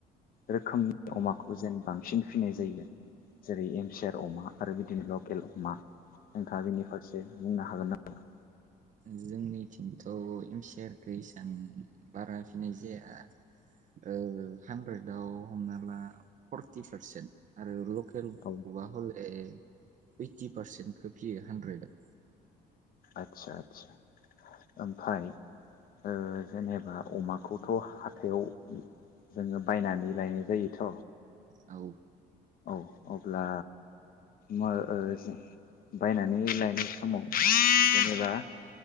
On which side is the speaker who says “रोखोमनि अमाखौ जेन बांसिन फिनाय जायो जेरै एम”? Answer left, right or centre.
Left